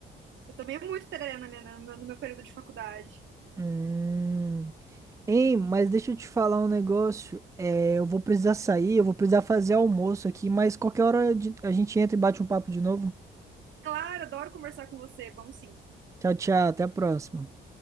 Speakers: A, on the right; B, on the right.
A: Eu tomei muito tereré na minha, na- no meu no meu período de faculdade.
B: Hum. Ei, mas deixa eu te falar um negócio. É, eu vou precisar sair, eu vou precisar fazer almoço aqui, mas qualquer hora de- a gente entra e bate um papo de novo.
A: Claro, adoro conversar com você. Vamos sim.
B: Tchau, tchau, até a próxima.